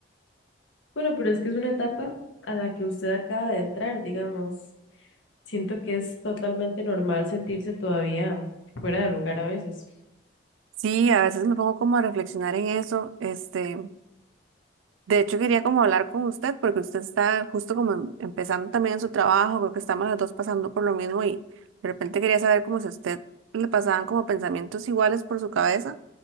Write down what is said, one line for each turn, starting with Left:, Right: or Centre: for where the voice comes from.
Left: Bueno, pero es que es una etapa a la que usted acaba de entrar, digamos. Siento que es totalmente normal sentirse todavía fuera de lugar a veces.
Right: Sí, a veces me pongo como a reflexionar en eso, este, De hecho, quería como hablar con usted porque usted está justo como em- empezando también su trabajo, creo que estamos las dos pasando por lo mismo y de repente quería saber como si a usted le pasaban como pensamientos iguales por su cabeza.